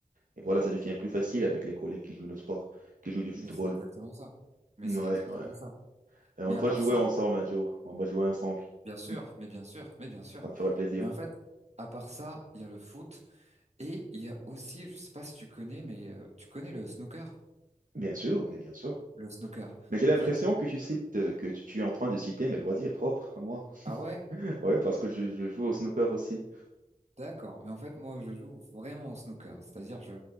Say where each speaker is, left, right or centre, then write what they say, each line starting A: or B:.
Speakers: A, on the right (about 65°); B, on the right (about 50°).
A: Et voilà, ça devient plus facile avec les collègues qui jouent le sport, qui jouent du football.
B: Mais c'est exactement ça. Mais
A: Ouais,
B: c'est exactement
A: ouais.
B: ça.
A: Et on
B: Mais
A: doit
B: à part
A: jouer
B: ça.
A: ensemble un jour. On doit jouer ensemble.
B: Bien sûr,
A: <laughs>
B: mais bien sûr, mais bien sûr.
A: Ça me ferait plaisir.
B: Mais en fait, à part ça, il y a le foot et il y a aussi, je sais pas si tu connais, mais euh, tu connais le snooker?
A: Bien sûr, mais bien sûr.
B: Le snooker.
A: Mais j'ai l'impression
B: En fait,
A: que tu cites, euh, que tu tu es en train de citer mes loisirs propres à moi.
B: ah ouais,
A: <laughs> Ouais, parce que je, je joue au snooker aussi.
B: d'accord. Mais en fait, moi, je joue vraiment au snooker. C'est-à-dire, je,